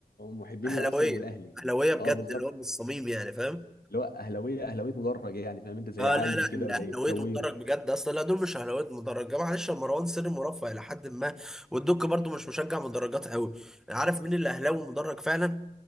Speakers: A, on the left; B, in the centre.
A: محبين
B: اهلاويه
A: للارسنال والاهلي
B: اهلاويه بجد
A: اه بالظبط
B: اللي هو من الصميم يعني فاهم
A: اللي هو اهلاويه اهلاويه مدرج يعني فاهم انت زي
B: اه
A: عايدي
B: لا لا
A: كده
B: الاهلاويات
A: وزي الكوير
B: مدرج بجد اصلا لا دول مش اهلاويات مدرج جمال معلش يا مروان سري مرفه الى حد ما والدك برضو مش مشجع مدرجات قوي عارف مين اللي اهلاوي مدرج فعلا